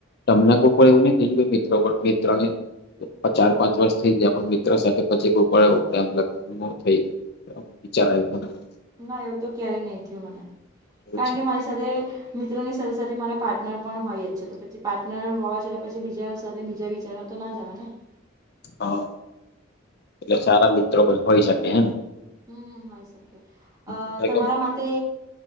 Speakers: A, on the left; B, on the right.
A: તમને કોઈ પણ એવું નહી થયું મિત્રો મિત્રને. ચાર પાંચ વર્ષ થઇ ગયા પણ મિત્ર સાથે પછી કોઈ પણ <unintelligible> વિચાર આયવો તમને.
B: ના એવું તો ક્યારેય નહી થયું મને,
A: એવું
B: કારણ
A: છે
B: કે. સાથે મિત્રોની સાથે સાથે મારા પાર્ટનર પણ હોય જ છે, તો પછી પાર્ટનર હોવા છતાં પછી બીજા સાથે બીજા. <unintelligible>
A: હા, એટલે સારા મિત્રો પણ હોય શકે એમ.
B: હમમ હોય શકે, અ
A: એટલે
B: તમારા
A: કે
B: માટે.